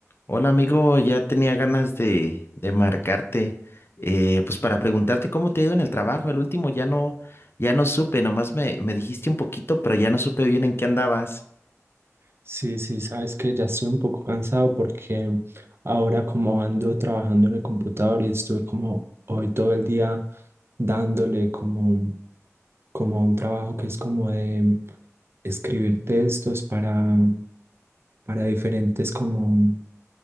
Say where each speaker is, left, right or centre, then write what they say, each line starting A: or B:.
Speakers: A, on the left; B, on the right.
A: Hola amigo, ya tenía ganas de, de marcarte, eh, pues para preguntarte cómo te ha ido en el trabajo. El último ya no, ya no supe, nomás me, me dijiste un poquito, pero ya no supe bien en qué andabas.
B: Sí, sí, sabes que ya estoy un poco cansado porque ahora como ando trabajando en el computador y estuve como hoy todo el día dándole como, como un trabajo que es como de escribir textos para, para diferentes como